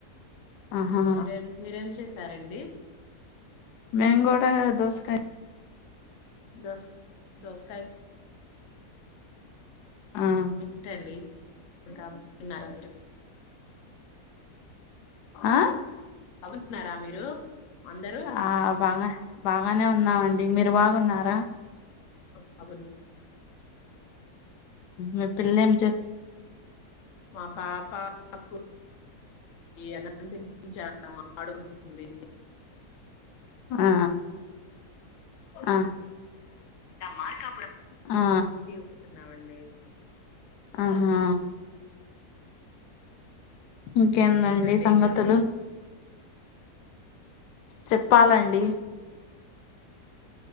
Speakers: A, on the left; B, on the left.
A: ఆహా
B: మీర మీరం చే స్తారండి
A: మ్యాంగోట దోసకా
B: దస్ దస్
A: ఆ
B: ఏంటండి ఇకా ఉన్నారా మీరు
A: అ ఆ
B: న్నారా మీరు అందరూ
A: ఆబాగా బాగానే ఉన్నామండి మీరు బాగున్నారా
B: బబ
A: మ పిల్లం
B: మా పాపా స్ అన తనిపించాను డుగుంటుందివట్లేదుంల్లా
A: ఆ ఆ
B: మార్పు
A: ఆ
B: ఒప్పుతున్నామండి
A: ఆహా ఇంకేందండి
B: ఏంటండి
A: సంగతులు
B: ఇంకా
A: చెప్పాలండి